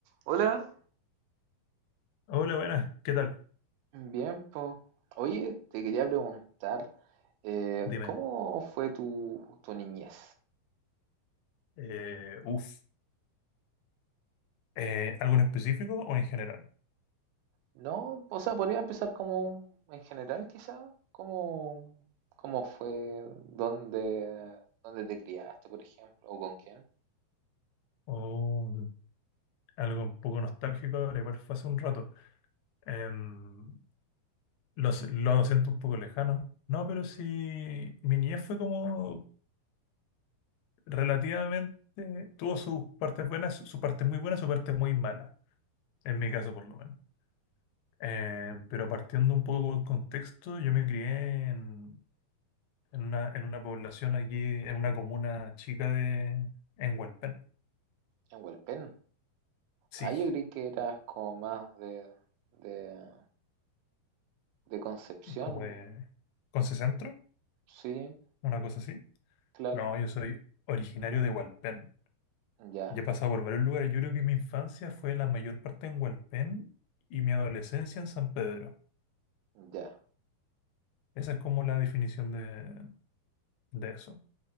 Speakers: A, on the right; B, on the left.
A: Hola,
B: Hola, buenas, ¿qué tal?
A: Bien, po. Oye, te quería preguntar, eh,
B: Dime,
A: ¿cómo fue tu, tu niñez?
B: eh, uf, eh, ¿algo en específico o en general?
A: No, o sea, podría empezar como en general, quizá, ¿cómo, cómo fue, dónde, dónde te criaste, por ejemplo, o con quién?
B: O algo un poco nostálgico, ahora igual fue hace un rato. Em, los- lo siento un poco lejano. No, pero sí, mi niñez fue como relativamente, tuvo sus partes buenas, sus partes muy buenas, sus partes muy malas, en mi caso por lo menos. Em, pero partiendo un poco con el contexto, yo me crié en, en una, en una población aquí, en una comuna chica de, en Hualpén.
A: En Hualpén.
B: Sí,
A: Ah, yo creí que eras como más de, de, de Concepción.
B: como de Conce Centro,
A: Sí,
B: una cosa así.
A: claro,
B: No, yo soy originario de Hualpén.
A: ya,
B: Ya he pasado por varios lugares. Yo creo que mi infancia fue la mayor parte en Hualpén y mi adolescencia en San Pedro.
A: ya,
B: Esa es como la definición de, de eso.